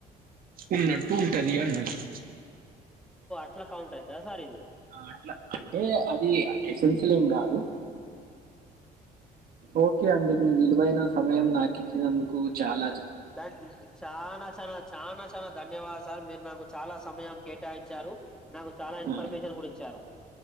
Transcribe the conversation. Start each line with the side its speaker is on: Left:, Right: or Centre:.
Right: ఉన్నట్టు ఉంటది అన్నట్టు.
Centre: అట్ల కౌంట్ అయితయా సార్ ఇవి
Right: ఆ అట్ల అంటే, అది ఎసెన్షియల్ ఏం కాదు. ఓకె అండి. మీ విలువైన సమయం నాకిచ్చినందుకు చాల
Centre: దన్ చాన చన, చాన చన దన్ ధన్యవాద్ సార్ మీరు నాకు చాలా సమయం కేటాయించారు. నాకు చాలా ఇన్ఫర్మేషన్
Right: ఆ,
Centre: కూడ ఇచ్చారు.